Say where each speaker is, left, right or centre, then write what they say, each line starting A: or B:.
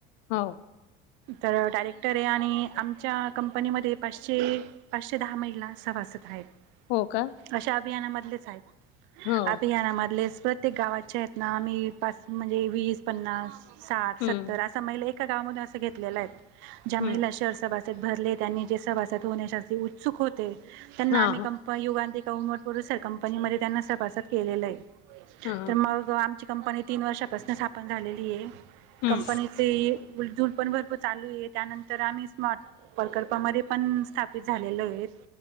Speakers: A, on the left (about 65°); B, on the right (about 70°).
A: हो.
B: तर डायरेक्टर आहे आणि आमच्या कंपनीमध्ये पाचशे पाचशे दहा महिला सभासत आहेत.
A: हो का.
B: अशा अभियानामधलेच आहेत,
A: हो
B: अभियानामधलेच ते गावाच्या आहेत ना आही पास म्हणजे वीस पन्नास साठ सत्तर
A: हम्म
B: अस महिला एका गावात अस घेतलेला आहेत, ज्या
A: हम्म
B: महिला शहर सभासद भरले त्यांनी जे सभासद होण्याच्या उत्सुक होते त्यांना
A: हा
B: आम्ही
A: हा
B: पण युगांततीका उमटपर सर कंपनीमध्ये त्यांना सभासद केलेलं आहे
A: हा
B: तर मग हो आमची कंपनी तीन वर्षापासून स्थापन झालेली आहे
A: हम्म
B: कंपनी ते उलजूल पण भरपूर चालू आहे त्यानंतर आम्ही स्मार्ट प्रकल्पामध्ये पण स्थापित झालेल आहे,